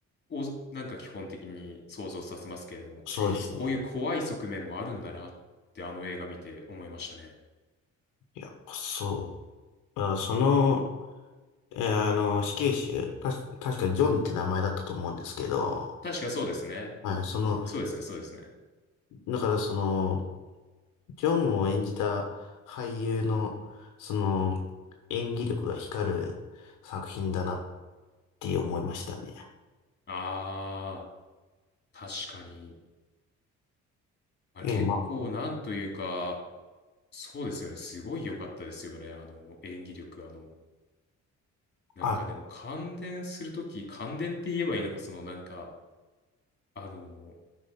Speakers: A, on the left; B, on the left.
A: をなんか基本的に想像させますけれども、
B: そうですね。
A: こういう怖い側面もあるんだなってあの映画見て思いましたね。
B: やっぱそう。だからその、えーあの、死刑囚、たし、確かジョンって名前だったと思うんですけど、
A: 確かそうですね。
B: はい、その、
A: そうですね、そうですね。
B: だからその、ジョンを演じた俳優の、その、演技力が光る作品だなって思いましたね。
A: あー、確かに。あれ結構なんというか、
B: いや、ま
A: そうですよね。すごい良かったですよね。あの、演技力、あの、なんかでも感電するとき、
B: あ、あ、
A: 感電って言えばいいのか、そのなんか、あの、